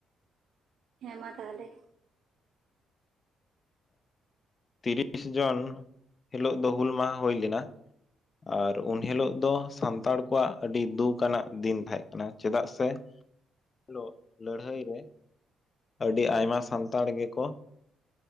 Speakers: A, on the right; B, on the left.
A: ᱦᱮᱸ ᱢᱟ ᱛᱟᱦᱚᱞᱮ᱾
B: ᱛᱤᱨᱤᱥ ᱡᱩᱱ ᱦᱤᱞᱳᱜ ᱫᱚ ᱦᱩᱞ ᱢᱟᱦᱟ ᱦᱩᱭ ᱞᱮᱱᱟ ᱟᱨ ᱩᱱ ᱦᱤᱞᱳᱜ ᱫᱚ ᱥᱟᱱᱛᱟᱲ ᱠᱚᱣᱟᱜ ᱟᱹᱰᱤ ᱫᱩᱠ ᱟᱱᱟᱜ ᱫᱤᱱ ᱛᱟᱦᱮᱸ ᱠᱟᱱᱟ ᱪᱮᱫᱟᱜ ᱥᱮ ᱦᱮᱞᱳ, ᱞᱟᱹᱲᱦᱟᱹᱭ ᱨᱮ ᱟᱹᱰᱤ ᱟᱭᱢᱟ ᱥᱟᱱᱛᱟᱲ ᱜᱮᱠᱚ